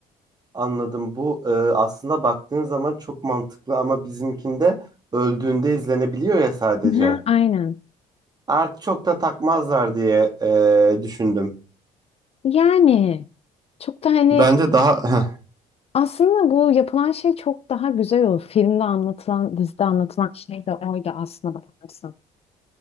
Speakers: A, on the right; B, on the left.
A: Anladım. Bu e, aslında baktığın zaman çok mantıklı ama bizimkinde öldüğünde izlenebiliyor ya sadece.
B: Ha, aynen.
A: Artık çok da takmazlar diye e, düşündüm.
B: Yani çok da hani
A: Bence daha <laughs>
B: aslında bu yapılan şey çok daha güzel olur. filmde anlatılan, dizide anlatılan şey de oydu aslında bakarsan.